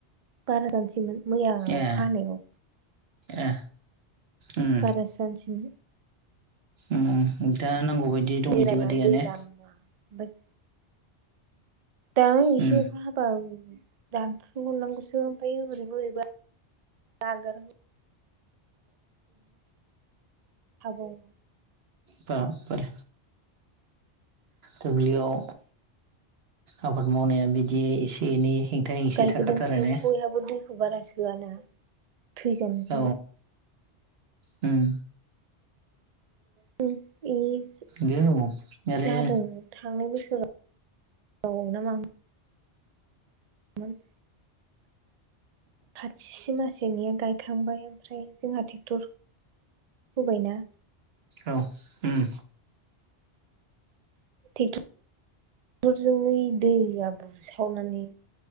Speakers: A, on the right; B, on the right.
A: बार जानसैमोन। मैया अखा
B: ए
A: हानायाव।
B: ए उम
A: बारासैजानोसै
B: उम दा नांगौ बायदि दं
A: जिरायनानै
B: इदिबा दैया
A: दै
B: ने।
A: लामा ओमफ्राय दां एसे
B: उम
A: अखा हाबा रानथ्र' हरनांगौसो ओमफ्राय बोरैबो बोरैबा नागार <unintelligible>
B: बा बारे। दुब्लियाव आबाद मावनाया बिदि एसे एनै हेंथा हेंसि
A: गायगोदानखाय
B: थाखाथारो ने
A: बयहाबो दैखौ बारा सोआना। थैजानो
B: औ
A: गियो।
B: उम।
A: <unintelligible>
B: नंगौ आरो
A: जादों थांनाय बोसोराव राव ना मा मोन? खाथि सिमासेनिया गायखांबाय। ओमफ्राय जोंहा ट्रेक्टर हुबायना।
B: औ उम।
A: टेकटरजों यै दैया बुसावनानै।